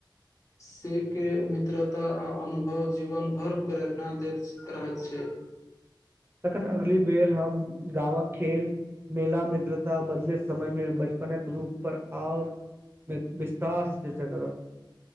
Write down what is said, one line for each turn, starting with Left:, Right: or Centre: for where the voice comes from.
Left: सके मित्रता आ अनुभव जीवन भर प्रेरणा दैत रहैत छै
Right: तखन अगली बेर हम गाँवक खेल मेला मित्रता बदले समयमे बचपनक रूप पर आओर विस्तारसँ चर्चा करब